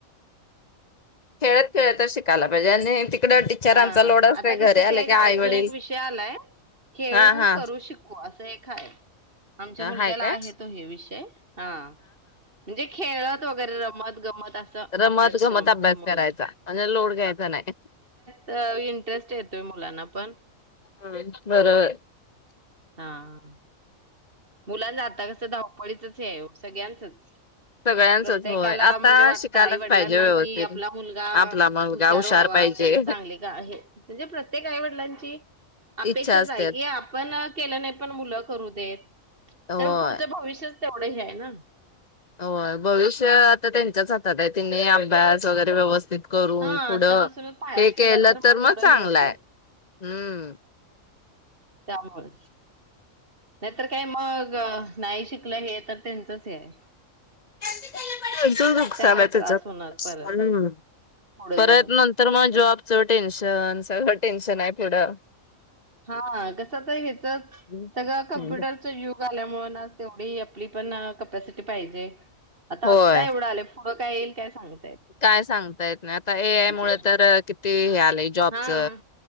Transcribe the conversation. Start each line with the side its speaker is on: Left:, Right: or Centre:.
Left: खेळत खेळतच शिकायला पाहिजे आणि तिकड टीचरांचा
Right: हा
Left: लोड असते
Right: आ, ता
Left: घरी
Right: कस
Left: आले
Right: ते एक
Left: की आई
Right: अजून
Left: वडील
Right: एक विषय आलाय खेळू
Left: हा हा
Right: करू शिकू असं एक आहे आमच्या मुलग्याला
Left: हाय काय
Right: आहे तो हे विषय हा म्हणजे खेळत वगैरे रमत गमत असं
Left: रमत
Right: अभ्यासक्रम
Left: गमत अभ्यास
Right: असं मुलांना
Left: करायचा म्हणजे लोड घ्यायचा नाही.
Right: तर इंटरेस्ट येतोय मुलांना पण
Left: बरोबर
Right: हा मुलांच आता कसं धावपळीचच हे हाय हो सगळ्यांचच
Left: सगळ्यांचच
Right: प्रत्येकाला
Left: होय आता
Right: म्हणजे वाटतं
Left: शिकायलाच
Right: आई वडिलांना
Left: पाहिजे व्यवस्थित
Right: कि आपला मुलगा
Left: आपला मुलगा
Right: हुशार व्हावा
Left: पाहिजे
Right: त्यांना चांगले का हे म्हणजे प्रत्येक आई वडिलांची अपेक्षाच
Left: इच्छा असते
Right: आहे की आपण केलं नाही, पण मुलं करू देत
Left: होय
Right: करण पुढच भविष्य तेवढ हे आहे ना.
Left: होय भविष्य आता त्यांच्याच हातात आहे. तिनी अभ्यास वगैरे व्यवस्थ व्यित करून
Right: हा
Left: पुढं
Right: आतापासूनच पाया
Left: हे
Right: केला
Left: केलं तर
Right: पुढं
Left: मग चांगलं
Right: हे होते
Left: आहे, हम्म.
Right: त्यामुळे नाहीतर काय मग, नाही शिकलं हे तर त्यांचच हे आहे.
Left: त्यांचाच नुकसान
Right: त्यांनाच
Left: आहे त्याच्यात.
Right: त्रास होणार परत
Left: हम्
Right: पुढे
Left: परत
Right: जाऊन
Left: नंतर मग जॉब च टेन्शन सगळ टेन्शन आहे पुडं.
Right: हा कस तर हिचच,
Left: हम्म.
Right: सगळं कंप्यूटर चे युग झाल्यामुळे तेवढी आपली पण कपसिटी पाहिजे. आता
Left: होय
Right: आत्ता एवढं आलेय पुढ काय येईल काय सांगल
Left: काय सांगता येत नाही आता ए आय मूळ
Right: ह्याला
Left: तर किती हे आलंय जॉबच,
Right: हा